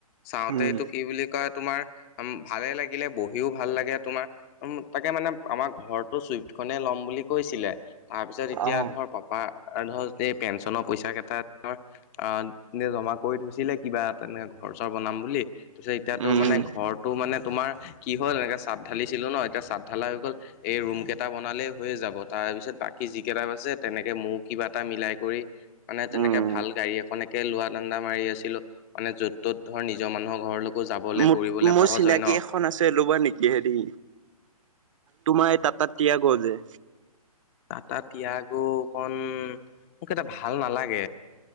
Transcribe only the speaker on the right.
উম,
অ',
উম,
উম।
মোৰ
মোৰ
চিনাকি
এখন আছে ল'বা নেকি হেৰি তোমাৰ এইটা তাত তিয়াগ যে